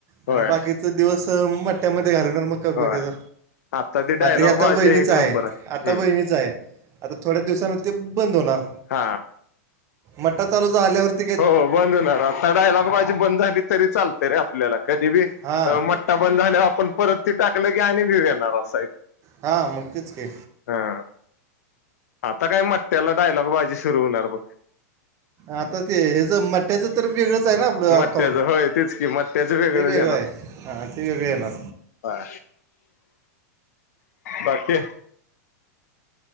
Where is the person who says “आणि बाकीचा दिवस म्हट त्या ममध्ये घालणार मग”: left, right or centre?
Right